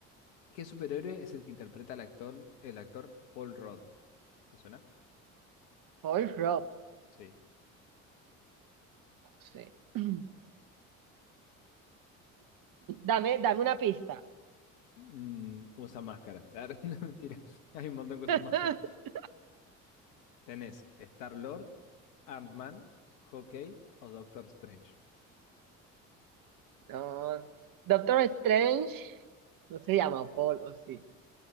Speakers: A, on the left (about 75°); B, on the right (about 55°).
A: ¿qué superhéroe es el que interpreta al actor, el actor Paul Rudd? ¿Te suena?
B: Paul Rob,
A: Sí.
B: no sé. <clears throat> Dame, dame una pista.
A: Mm, usa máscara. <laughs> Ah, no, mentira. Hay un montón que usan
B: <laughs>
A: máscara. Tenés Star-Lord, Ant-Man, Hawkeye o Doctor Strange.
B: No, Doctor Strange no se llama Paul, o sí.